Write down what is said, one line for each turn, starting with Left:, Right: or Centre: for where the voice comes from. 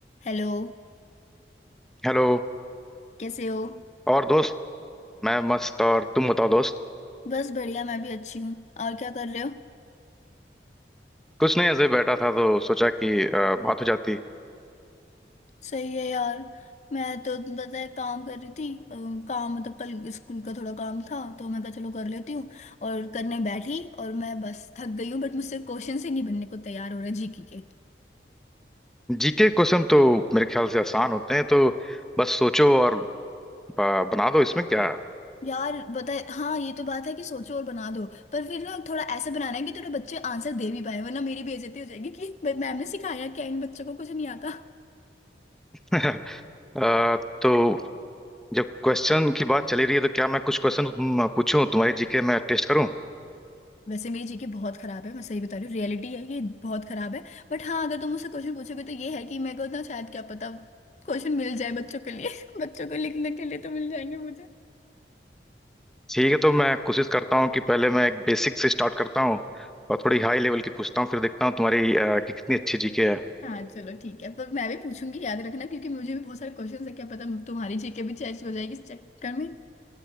Left: Hello
Centre: हेलो
Left: कैसे हो
Centre: और दोस्त मैं मस्त और तुम बताओ दोस्त
Left: बस बढ़िया मैं भी अच्छी हूँ और क्या कर रहे हो
Centre: कुछ नहीं ऐसे ही बैठा था तो सोचा कि अ, बात हो जाती
Left: सही है यार मैं तो पता है काम कर रही थी अ, काम मतलब कल स्कूल का थोड़ा काम था तो मैं कहा चलो कर लेती हूँ और करने बैठी और मैं बस थक गई हूँ बट मुझसे क्वेश्चन ही नहीं बनने को तैयार हो रहे जीके के
Centre: जीके क्वेश्चन तो मेरे ख्याल से आसान होते हैं तो बस सोचो और ब- बना दो इसमें क्या
Left: यार बताए हाँ ये तो बात है कि सोचो और बना दो पर फिर ना थोड़ा ऐसे बनाना है कि थोड़े बच्चे आंसर दे भी पाए वरना मेरी बेइज्जती हो जाएगी कि भाई मैम ने सिखाया क्या इन बच्चों को कुछ नहीं आता
Centre: <laughs> अ, तो जब क्वेश्चन की बात चली रही है तो क्या मैं कुछ क्वेश्चन तुम पूछूं तुम्हारी जीके में टेस्ट करूं
Left: वैसे मेरी जीके बहुत खराब है मैं सही बता रही हूँ रियलिटी है ये बहुत खराब है बट हाँ अगर तुम मुझसे क्वेश्चन पूछोगे तो ये है कि मेरे को ना शायद क्या पता क्वेश्चन मिल जाए बच्चों के लिए <laughs> बच्चों को लिखने के लिए तो मिल जाएंगे मुझे
Centre: ठीक है तो मैं कोशिश करता हूँ कि पहले मैं एक बेसिक से स्टार्ट करता हूँ और थोड़ी हाई लेवल की पूछता हूँ फिर देखता हूँ तुम्हारी अ, कि कितनी अच्छी जीके है
Left: हाँ चलो ठीक है पर मैं भी पूछूंगी याद रखना क्योंकि मुझे भी बहुत सारे क्वेश्चन है क्या पता तुम्हारी जीके भी चेस्ट हो जाएगी इस चक्कर में